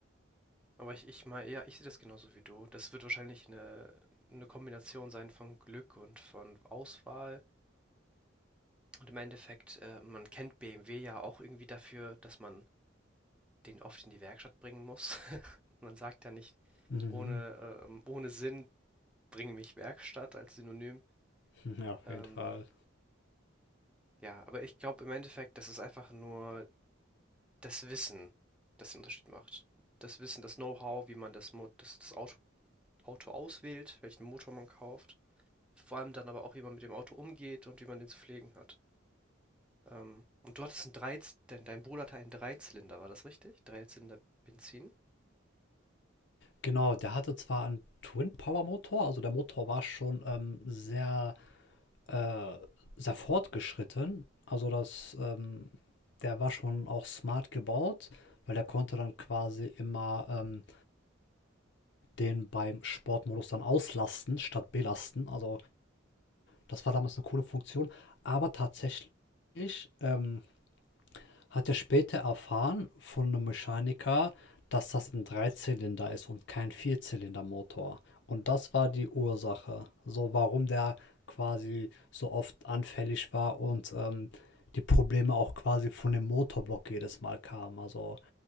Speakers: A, in the centre; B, on the left (about 60°).
A: Aber ich, ich meine, ja, ich sehe das genauso wie du. Das wird wahrscheinlich eine, eine Kombination sein von Glück und von Auswahl. Und im Endeffekt, äh, man kennt BMW ja auch irgendwie dafür, dass man den oft in die Werkstatt bringen muss. <laughs> Man sagt ja nicht,
B: Mhm.
A: ohne, ähm, ohne Sinn, bring mich Werkstatt als Synonym.
B: <laughs> Ja, auf
A: Ähm,
B: jeden Fall.
A: ja, aber ich glaube im Endeffekt, das ist einfach nur das Wissen, das den Unterschied macht. Das Wissen, das Know-how, wie man das, Mo das, das Auto, Auto auswählt, welchen Motor man kauft. vor allem dann aber auch, wie man mit dem Auto umgeht und wie man den zu pflegen hat. Ähm, und du hattest einen Dreiz, dein, dein Bruder hatte einen Dreizylinder, war das richtig? Dreizylinder Benzin?
B: Genau, der hatte zwar einen Twin-Power-Motor, also der Motor war schon ähm, sehr, äh, sehr fortgeschritten. Also das, ähm, der war schon auch smart gebaut, weil der konnte dann quasi immer ähm, den beim Sportmodus dann auslasten statt belasten. Also das war damals eine coole Funktion. Aber tatsächlich ähm, hat er später erfahren von 'nem Mechaniker, dass das ein Dreizylinder ist und kein Vierzylindermotor. Und das war die Ursache, so warum der quasi so oft anfällig war und, ähm, die Probleme auch quasi von dem Motorblock jedes Mal kamen. Also,